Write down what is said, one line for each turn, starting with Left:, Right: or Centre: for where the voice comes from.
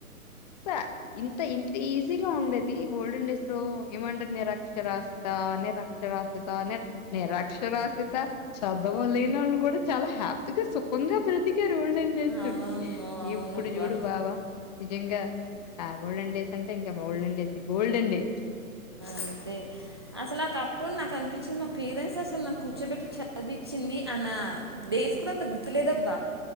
Left: స ఇంత ఇంత ఈజీగా ఉండది ఓల్డెన్ డేస్ లో ఏమంటారు నిరక్షరాసియత అ నిరక్షరాసియత అ నిరక్షరాసియత చద్దవ లేని వాళ్ళు కూడా చాలా హ్యాపీగా సుఖంగా బ్రతి రు ఓల్డెన్ డేస్ లో
Right: అవును అవునబ్బా
Left: ఇప్పుడు చూడు బావా నిజంగా ఆ ఓల్డన్ డేస్ అంటే ఇంకా ోల్డన్ డేస్ గోల్డెన్ డేస్
Right: అంతే అసలు కప్పుడు నా కనిపించింది మా పేరెంట్స్ అసలు నాకు కూర్చోబెట్టి చదివించింది అన్న డేస్ కూడా అంత గుర్తులేదబ్బ